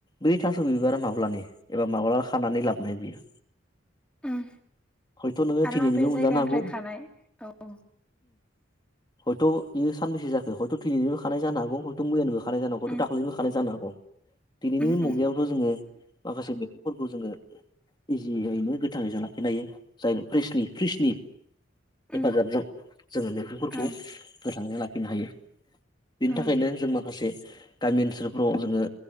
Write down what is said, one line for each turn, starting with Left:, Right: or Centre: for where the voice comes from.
Left: बै थास' बिबारा माब्लानि एबा माब्ला खानानै लाबोनाय बियो
Centre: ओम
Left: हयथ' नोङो
Centre: आरो
Left: दिनैनिबो
Centre: माबे
Left: मोनजानो
Centre: जायगानिफ्राय
Left: हागौ
Centre: खानाय औ।
Left: औ बेयो सानबसे जाखो हयथ' दिनिबो खानाय जानो हाग हयथ' मोयनिबो खानाय जान
Centre: उम
Left: हौ हयथ' दाखालिबो खानाय जानो हागौ। दिनैनि
Centre: उम उम
Left: मुगायावथ' जोङो माखासे बे फोरखौ जोङो इजियैनो गोथाङै जा लाखिनो हायो जायनो फ्रिसनि-फ्रिसनि
Centre: उम
Left: हेफाजाबजों जोङो मैगंफोरखौ
Centre: ओं
Left: गोथाङैनो लाखिनो हायो बिनि
Centre: ओं
Left: थाखायनो जों माखासे गामि ओनसोलफ्राव जोङो